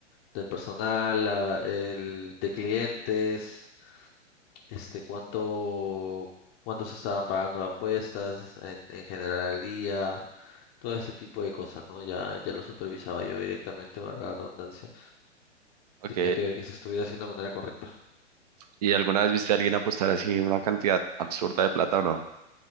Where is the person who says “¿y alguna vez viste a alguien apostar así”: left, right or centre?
Right